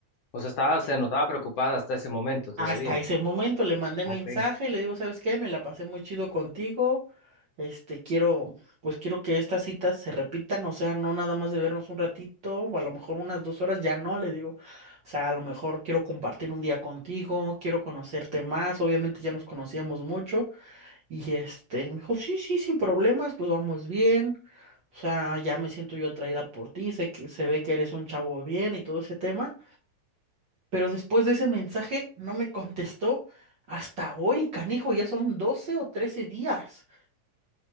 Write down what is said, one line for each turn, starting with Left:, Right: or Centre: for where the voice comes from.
Left: O sea, estaba, se notaba preocupada hasta ese momento todavía.
Right: Hasta ese momento le mandé mensaje
Left: Ok.
Right: le digo, ¿sabes qué? Me la pasé muy chido contigo. Este, quiero, pues quiero que estas citas se repitan, o sea, no nada más de vernos un ratito, o a lo mejor unas dos horas, ya no, le digo. O sea, a lo mejor quiero compartir un día contigo, quiero conocerte más, obviamente ya nos conocíamos mucho. Y este, me dijo, sí, sí, sin problemas, pues vamos bien. O sea, ya me siento yo atraída por ti, sé que se ve que eres un chavo bien y todo ese tema. Pero después de ese mensaje no me contestó hasta hoy, canijo, ya son 12 o 13 días.